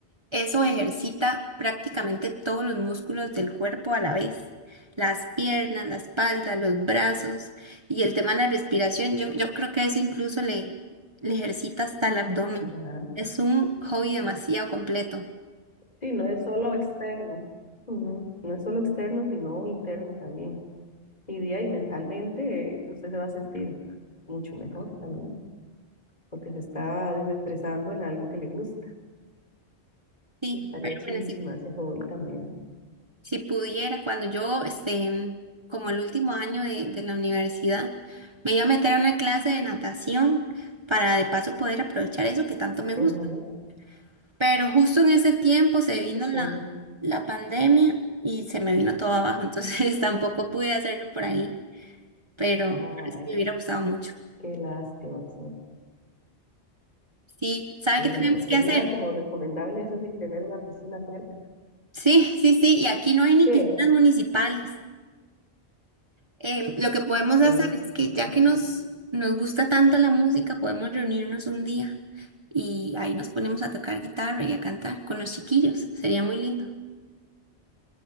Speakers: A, on the right; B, on the left.
A: eso ejercita prácticamente todos los músculos del cuerpo a la vez. Las piernas, la espalda, los brazos y el tema de la respiración. Yo, yo creo que eso incluso le, le ejercita hasta el abdomen.
B: ajá.
A: Es un hobby demasiado completo.
B: Sí, no es solo externo. Ujú, No es solo externo, sino interno también. Y día y mentalmente eh, usted se va a sentir mucho mejor también. porque se está desestresando en algo que le gusta.
A: Sí,
B: Estaría
A: pero
B: chivísima
A: bueno, si
B: ese hobby también.
A: Si pudieras, cuando yo, este, como el último año de, de la universidad, me iba a meter a una clase de natación para de paso poder aprovechar eso que tanto me
B: Ajá,
A: gusta. Pero justo en ese tiempo se vino
B: sí,
A: la, la pandemia y se me vino todo abajo, entonces <laughs> tampoco pude hacerlo por ahí, pero,
B: ay,
A: pero sí me hubiera gustado mucho.
B: qué lástima. Sí,
A: Sí, ¿sabe
B: Sí,
A: qué
B: no,
A: tenemos que
B: sería
A: hacer?
B: como recomendable eso sí, tener una piscina cerca.
A: Sí, sí, sí, y aquí no hay ni
B: ¿Qué?
A: piscinas municipales. Em, lo que podemos
B: Sí.
A: hacer es que ya
B: <laughs>
A: que nos, nos gusta tanto la música, podemos reunirnos un día y ahí nos ponemos a tocar guitarra y a cantar con los chiquillos. Sería muy lindo.